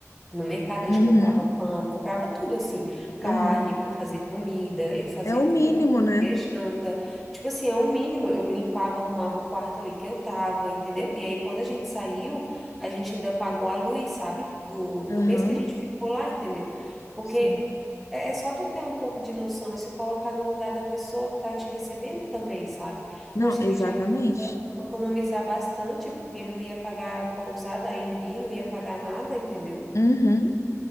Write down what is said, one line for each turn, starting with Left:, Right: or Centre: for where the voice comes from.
Centre: no mercado a
Left: Uhum,
Centre: gente comprava pão, comprava tudo assim, carne
Left: uhum.
Centre: para fazer comida, eu fazia
Left: É o
Centre: comida,
Left: mínimo, né?
Centre: fazia janta. Tipo assim, é o mínimo, eu limpava, arrumava o quarto ali que eu tava, entendeu? E aí quando a gente saiu, a gente ainda pagou a luz, sabe? Do, do
Left: Aham,
Centre: mês que a gente ficou lá, entendeu? Porque
Left: sim.
Centre: é, é só tu ter um pouco de noção e se colocar no lugar da pessoa que tá te recebendo também, sabe?
Left: Não,
Centre: Poxa,
Left: exatamente.
Centre: ele já ia economizar bastante porque ele não ia pagar pousada, Airbnb, não ia pagar nada, entendeu?
Left: Uhum.